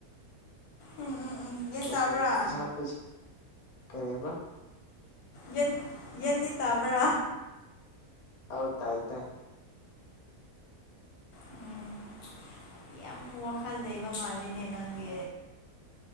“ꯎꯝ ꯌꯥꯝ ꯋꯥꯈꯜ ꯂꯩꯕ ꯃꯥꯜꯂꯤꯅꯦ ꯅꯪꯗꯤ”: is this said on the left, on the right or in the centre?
Left